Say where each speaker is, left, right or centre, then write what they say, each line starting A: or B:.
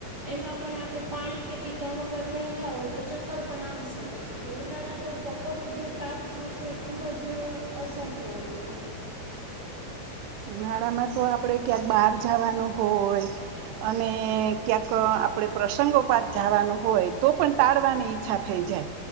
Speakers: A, on the right (about 35°); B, on the right (about 90°).
A: એમાં પણ આપણે પાણી કે પીધ વગર રહ્યા હોય તો ચક્કર પણ આવી શકે છે એટલે ઉનાળાનો બપોરનો જે તાપ જે છે ને એ ખૂબ જ અસહ્ય હોય છે
B: ઉનાળામાં તો આપડે ક્યાંક બહાર જવાનું હોય અને ક્યાંક આપણે પ્રસંગો પાત જાવાનું હોય તો પણ ટાળવાની ઈચ્છા થઈ જાય